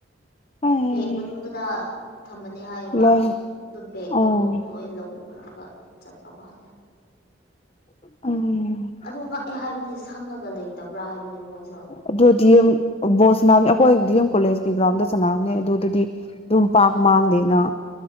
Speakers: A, on the left; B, on the left.
A: ꯍꯣꯏ
B: ꯕꯦꯛ ꯃꯅꯨꯡꯗꯨꯗ ꯊꯝꯕꯅꯦ ꯍꯥꯏꯌꯦꯕ
A: ꯂꯣꯏ
B: ꯑꯗꯨ ꯕꯦꯒꯇꯣ
A: ꯑꯣ
B: ꯂꯣꯏ ꯂꯧꯈ꯭ꯔꯒ ꯆꯠꯄ ꯃꯥꯜꯂꯦ
A: ꯎꯝ
B: ꯑꯗꯨ ꯉꯛꯑꯦ ꯍꯥꯏꯕꯅꯤ ꯁꯪꯉꯒ ꯂꯩꯇꯕ꯭ꯔꯥ ꯍꯥꯏꯕꯅꯤ ꯃꯣꯏꯁꯨ
A: ꯑꯗꯨꯗꯤ ꯕꯣꯜ ꯁꯅꯕꯅꯦ ꯑꯩꯈꯣꯏ ꯗꯤ ꯑꯦꯝ ꯀꯣꯂꯦꯖꯀꯤ ꯒ꯭ꯔꯥꯎꯟꯗ ꯁꯅꯕꯅꯦ ꯑꯗꯨ ꯑꯗꯨꯗꯤ ꯑꯗꯨꯝ ꯄꯥꯛ ꯃꯥꯡꯗꯦꯅ